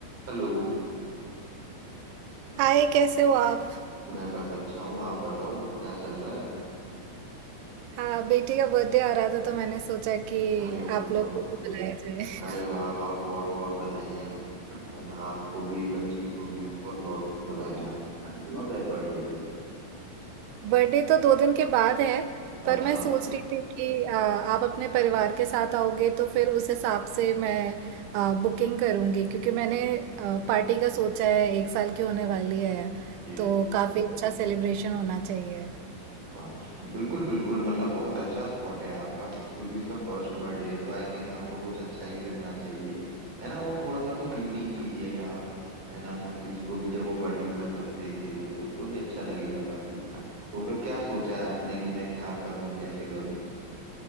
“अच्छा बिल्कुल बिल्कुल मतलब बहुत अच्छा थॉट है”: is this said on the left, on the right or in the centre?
Right